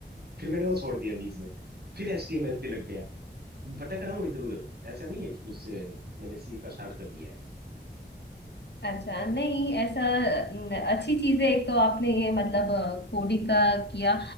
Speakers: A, on the right; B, on the left.
A: फिर मैंने वो छोड़ दिया बीच में फिर एच टी एम एल पे लग गया भटक रहा हूँ इधर उधर ऐसा नहीं है कि कुछ से मैंने सीखना स्टार्ट कर दिया है
B: अच्छा नहीं ऐसा न- अच्छी चीज है एक तो आपने ये मतलब कोडिंग का किया